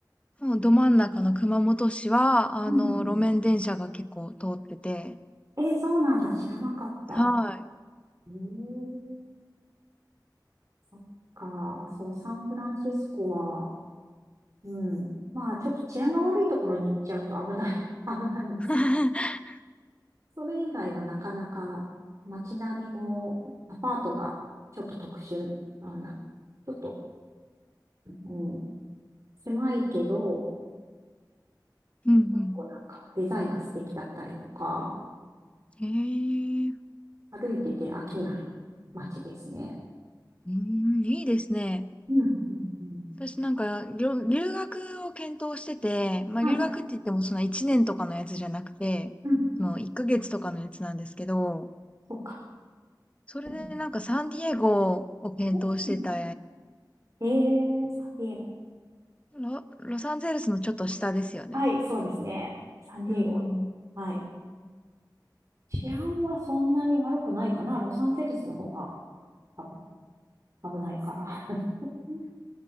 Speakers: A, on the left; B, on the right.
A: もうど真ん中の熊本市は、あの、
B: うん
A: 路面電車が結構通ってて、
B: うんえ、そうなんだ。知らなかった。
A: はい。
B: うん。えーそっか。そう、サンフランシスコは、うん。まあ、ちょっと治安が悪いところに行っちゃうと危ない、<laughs> 危ないんですけ
A: <laughs>
B: それ以外はなかなか街並みもアパートがちょっと特殊なんだ。ちょっと、うん、狭いけど、一個一個なんかデザインが素敵だったりとか、
A: うんうん。へえ、
B: 歩いてて飽きない街ですね。
A: うん、いいですね。
B: うん、うん、うん
A: 私なんか、りょ留学を検討してて、まあ留学って言ってもその1年とかのやつじゃなくて、
B: はい、うん、
A: その1ヶ月とかのやつなんですけど、
B: そっか。
A: それでなんかサンディエゴを検討してた、
B: うんえー、サンディエゴ。
A: ロ、ロサンゼルスのちょっと下ですよね。
B: はい、そうですね。サンディエゴ。
A: うん。
B: はい。治安はそんなに悪くないかな。ロサンゼルスの方が多分危ないから。<laughs>